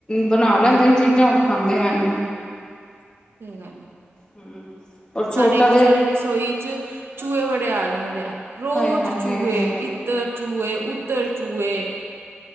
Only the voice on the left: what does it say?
ਬਣਾ ਲੈਂਦੇ ਨੇ ਚੀਜ਼ਾਂ ਖਾਂਦੇ ਹੈ ਨੀ।
ਹੂੰ ਔਰ ਛੋਟਾ
ਹਾਏ ਹਾਏ